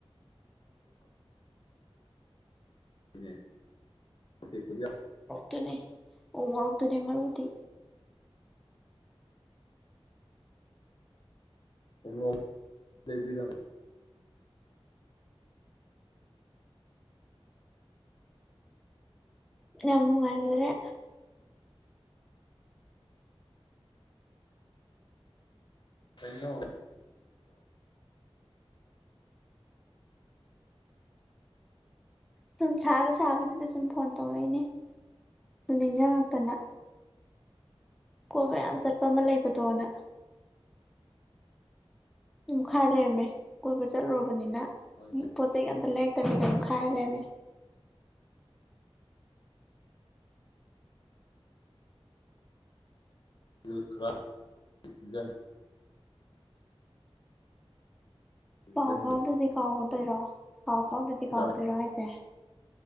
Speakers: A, on the left (about 50°); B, in the centre.
A: ꯦꯅꯦ ꯦ ꯈꯨꯔꯤ
B: ꯇꯅꯦ ꯎꯃꯔꯛ ꯇꯅꯦ ꯃꯔꯔꯕꯨꯗꯤ
A: ꯎꯣꯔꯔ
B: ꯌꯥꯝ ꯌꯥꯝꯅꯅꯨꯡꯉꯥꯏꯗ꯭ꯔꯦ
A: ꯀꯩꯅꯩꯅꯣꯣ
B: ꯁꯨꯝ ꯁꯥꯒ ꯁꯥꯕꯁꯤꯗ ꯁꯨꯝ ꯐꯣꯟ ꯇꯧꯔꯛꯏꯅꯦ ꯁꯨꯝ ꯅꯤꯡꯁꯤꯡꯉꯛꯇꯅ ꯀꯣ ꯌꯥꯝ ꯆꯠ ꯑ ꯑꯃ ꯂꯩꯕꯗꯣꯅ ꯈꯥ ꯂꯩꯔꯝꯃꯦ ꯀꯣꯏꯕ ꯆꯠꯂꯨꯔꯕꯅꯤꯅ
A: ꯅꯣꯏꯅꯦ
B: ꯎ ꯄꯣ ꯆꯩ ꯀ ꯂꯩ ꯇꯕꯤꯗꯨ ꯈꯥꯏ ꯂꯩꯦꯃꯦ
A: ꯑꯗꯨ ꯈꯔꯖꯪ ꯅꯤꯡꯖꯪꯗꯦ
B: ꯄꯥꯎ ꯐꯥꯎꯅꯗꯤ ꯀꯥ ꯁꯠꯇꯔꯣ ꯄꯥꯎ ꯐꯥꯎꯗꯗꯤ
A: ꯄꯩꯁꯥ
B: ꯀꯥꯎꯗꯣꯏꯔꯣ ꯑꯩꯁꯦ